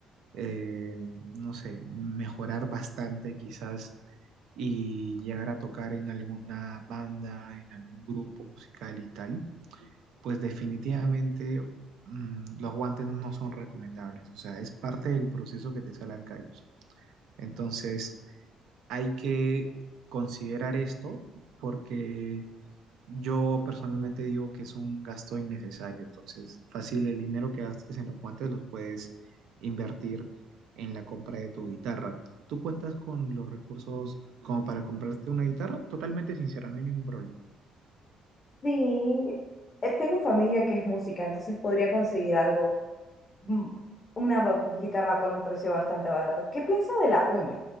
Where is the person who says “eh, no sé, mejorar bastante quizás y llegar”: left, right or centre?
Right